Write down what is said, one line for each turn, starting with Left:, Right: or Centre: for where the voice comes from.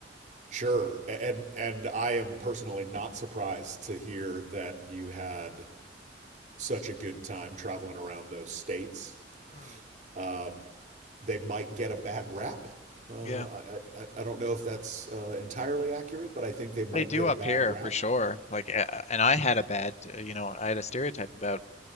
Right: Sure. And and I am personally not surprised to hear that you had such a good time traveling around those states.
Left: Hmm.
Right: Um, they might get a bad rap. Uh,
Left: Yeah,
Right: I, I I don't know if that's uh, entirely accurate, but I think they might
Left: they do
Right: get
Left: up
Right: a bad
Left: here
Right: rap.
Left: for sure. Like, a- and I had a bad, uh, you know, I had a stereotype about